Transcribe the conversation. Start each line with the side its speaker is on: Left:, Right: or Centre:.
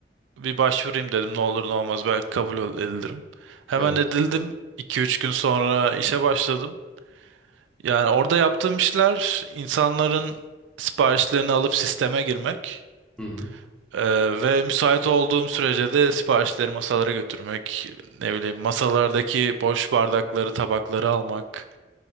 Right: bir başvurayım dedim ne olur ne olmaz belki kabul ol- edilirim. Hemen
Centre: Evet.
Right: edildim. iki üç gün sonra işe başladım. Yani orada yaptığım işler insanların siparişlerini alıp sisteme girmek
Centre: Hı hı.
Right: e, ve müsait olduğum sürece de siparişleri masalara götürmek, ne bileyim masalardaki boş bardakları, tabakları almak,